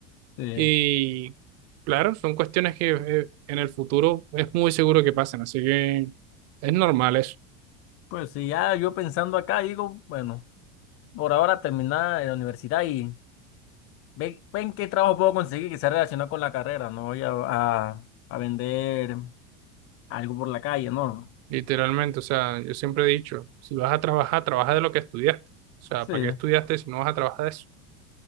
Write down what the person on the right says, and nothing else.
Y claro, son cuestiones que eh, en el futuro es muy seguro que pasen, así que es normal eso.
Literalmente, o sea, yo siempre he dicho, si vas a trabajar, trabaja de lo que estudiaste. O sea,
¿para qué estudiaste si no vas a trabajar de eso?